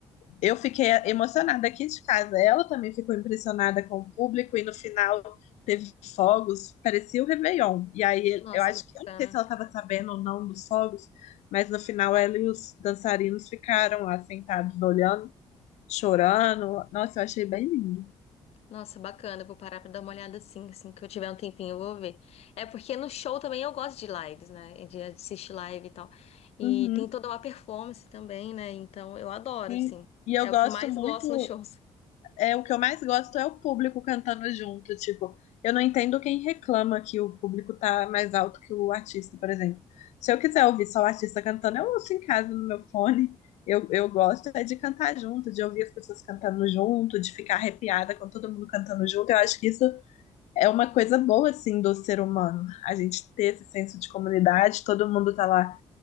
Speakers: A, on the left; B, on the left.
A: eu fiquei emocionada aqui de casa. Ela também ficou impressionada com o público e no final teve fogos, parecia o Réveillon. E aí
B: nossa,
A: eu acho
B: que
A: que, eu
B: bacana.
A: não sei se ela estava sabendo ou não dos fogos, mas no final ela e os dançarinos ficaram lá sentados olhando, chorando. Nossa, eu achei bem lindo.
B: Nossa, bacana. Eu vou parar pra dar uma olhada assim, assim que eu tiver um tempinho, eu vou ver. É porque no show também eu gosto de lives, né? De assistir live e tal. E
A: Uhum.
B: tem toda uma performance também, né? Então eu adoro,
A: Sim.
B: assim.
A: E eu
B: É
A: gosto
B: o que eu mais
A: muito
B: gosto nos shows.
A: é o que eu mais gosto é o público cantando junto, tipo, eu não entendo quem reclama que o público tá mais alto que o artista, por exemplo. Se eu quiser ouvir só o artista cantando, eu ouço em casa no meu fone. Eu, eu gosto é de cantar junto, de ouvir as pessoas cantando junto, de ficar arrepiada com todo mundo cantando junto. Eu acho que isso é uma coisa boa, assim, do ser humano. A gente ter esse senso de comunidade, todo mundo tá lá